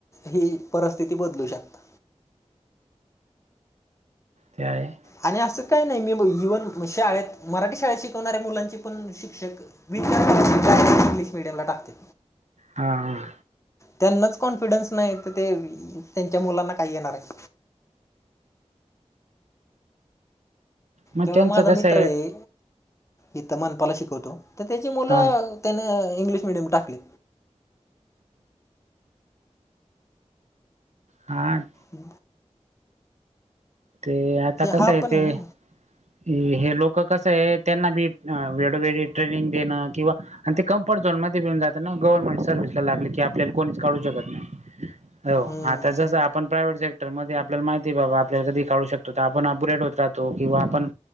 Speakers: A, on the left; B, on the right.
A: ही परस्थिती बदलू शकता.
B: त्या आहे.
A: आणि असं काही नाही मी इवन शाळेत मराठी शाळेत शिकवणाऱ्या मुलांची पण शिक्षक विद इंग्लिश मिडियमला टाकते.
B: हा हा.
A: त्यांनाच कॉन्फिडन्स नाही तर ते त्यांच्या मुलांना काही येणार आहे.
B: मग
A: तेव्हा
B: त्यांचं
A: माझा
B: कसं
A: मित्र आहे इिथं मनपाला शिकवतो तर त्याची मुलं
B: हा
A: त्याने इंग्लिश मिडयम टाकले
B: हां.
A: ह.
B: ते आता कसंय
A: हा पण
B: ते
A: आहे ना
B: हे हे लोक कसंय त्यांना बी अ वेळोवेळी ट्रेनिंग देणं किंवा आणि ते कम्फर्ट झोन मध्ये मिळून जात ना गव्हर्नमेंट सर्व्हिसला लागले की आपल्याला कोणीच काढू शकत नाही हो
A: हम्म
B: आता जसं आपण पण सेक्टर मध्ये आपल्याला माहितीय बाबा आपल्याला करू शकतो त आपण अपग्रेड होत राहतो किंवा आपण